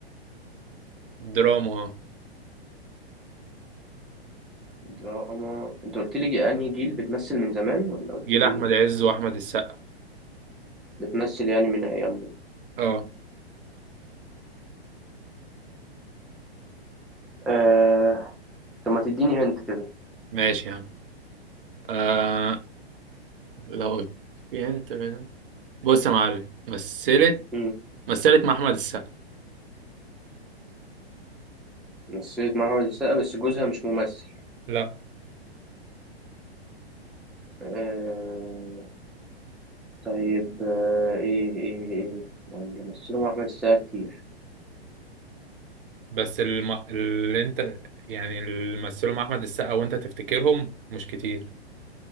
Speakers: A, on the right; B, in the centre.
A: دراما
B: دراما أنت قلت لي جي- أنهي جيل بتمثل من زمان ولا قلت
A: جيل
B: لي
A: احمد عز واحمد السقا
B: بتمثل يعني من أيامهم؟
A: اه
B: آه... طب ما تديني هنت كده
A: ماشي يا عم آه لو قلت في انت من بص يا معلم مثلت
B: مم.
A: مثلت مع احمد السقا
B: مثلت مع أحمد السقا بس جوزها مش ممثل
A: لا
B: آه... طيب آه، ايه ايه ايه ما هم اللي مثلوا مع احمد السقا كتير
A: بس الم... اللي انت يعني اللي مثلوا مع احمد السقا وانت تفتكرهم مش كتير